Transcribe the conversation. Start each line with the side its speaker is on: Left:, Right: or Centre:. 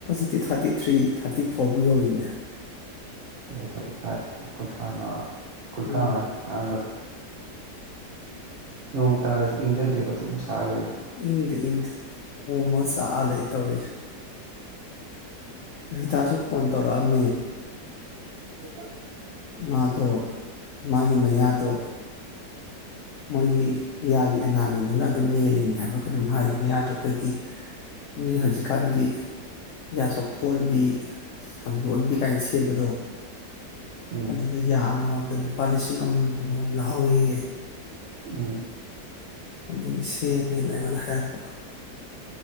Left: ꯊꯥꯔꯇꯤ ꯊꯥꯔꯇꯤ ꯊ꯭ꯔꯤ ꯊꯥꯔꯇꯤ ꯐꯣꯔꯕꯨ ꯌꯧꯏꯅꯦ
Right: ꯑꯩ ꯊꯥꯔꯇꯤ ꯐꯥꯏꯚ ꯀꯨꯟꯊ꯭ꯔꯥ ꯃꯉꯥ ꯈꯨꯠꯇ꯭ꯔꯥꯉꯥꯏ
Left: ꯎꯝ
Right: ꯑ ꯑꯗꯨ ꯅꯣꯡ ꯇꯥꯔꯁꯨ ꯏꯪꯊꯗꯦꯕ ꯑꯗꯨꯝ ꯁꯥꯔ ꯂꯩ
Left: ꯏꯪꯗꯤ ꯏꯪꯗꯤꯦ ꯑꯣꯝꯃꯒ ꯆꯥꯛꯑ ꯂꯩ ꯇꯧꯔꯤꯁꯦ ꯔꯇꯁꯨ ꯐꯣꯟ ꯇꯧꯔꯥ ꯃ
Right: ꯎ
Left: ꯃꯥꯗꯣ ꯃꯥꯒꯤ ꯃꯌꯥꯗꯣ ꯃꯣꯏꯒꯤ ꯌꯥꯒꯤ ꯑꯦꯅꯥꯃꯦꯟꯗꯨꯅ ꯑꯗꯨꯝ ꯃꯦꯜꯂꯤꯅꯦ ꯍꯥꯏꯕ ꯑꯩꯈꯣꯏꯅꯝ ꯍꯥꯏ ꯃꯌꯥꯗꯣ ꯑꯩꯈꯣꯏꯒꯤ ꯅ ꯍꯧꯖꯤꯛꯀꯥꯟꯒꯤ ꯌꯥ ꯆꯥꯎꯣꯛꯊꯣꯛꯍꯟꯕꯤ ꯁꯥꯡꯗꯣꯛꯍꯟꯕꯤ ꯀꯥꯏꯅ ꯁꯦꯝꯕꯗꯣ
Right: ꯎꯝ
Left: ꯑꯗꯨ ꯑꯗꯨꯒꯤ ꯑꯗꯨꯜ ꯂꯨꯄꯥ ꯂꯤꯁꯤꯡ ꯑꯃꯝ ꯂꯧꯍꯧꯋꯌꯦ
Right: ꯎꯝ
Left: ꯑꯗꯨꯗꯒꯤ ꯁꯦꯝꯃꯦꯅ ꯑꯩꯉꯣꯟꯗ ꯍꯥꯏꯔꯛꯄ